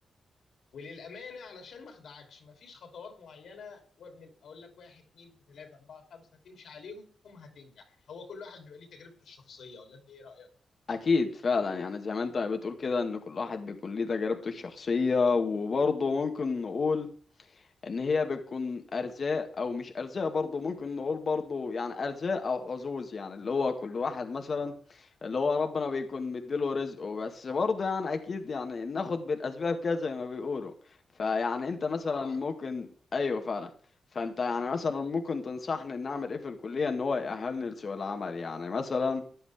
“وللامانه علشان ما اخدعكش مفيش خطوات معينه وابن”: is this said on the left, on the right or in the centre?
Left